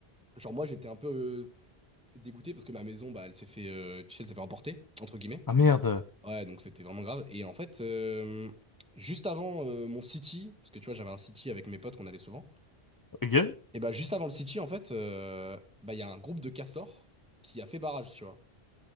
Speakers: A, in the centre; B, on the left.
A: Genre moi j'étais un peu euh, dégoûté parce que ma maison bah elle s'est fait euh, tu sais elle s'est fait emporter entre guillemets.
B: Ah merde.
A: Ouais donc c'était vraiment grave et en fait euh, juste avant euh, mon city parce que tu vois j'avais un city avec mes potes qu'on allait souvent
B: Ok,
A: et bah juste avant le city en fait euh, bah il y a un groupe de castors qui a fait barrage tu vois.